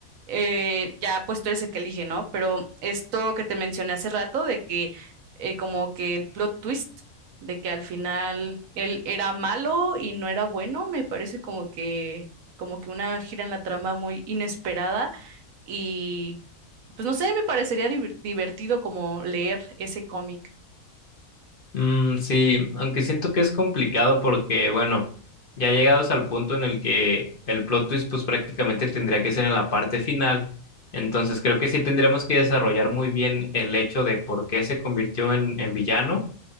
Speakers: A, on the right (about 75°); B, on the left (about 45°).
A: Eh, ya, pues tú eres el que elige, ¿no? Pero esto que te mencioné hace rato de que eh, como que el plot twist de que al final él era malo y no era bueno, me parece como que como que una gira en la trama muy inesperada y pues no sé, me parecería divir- divertido como leer ese cómic.
B: Mm, sí, aunque siento que es complicado porque, bueno, ya llegados al punto en el que el plot twist pues prácticamente tendría que ser en la parte final, entonces creo que sí tendríamos que desarrollar muy bien el hecho de por qué se convirtió en, en villano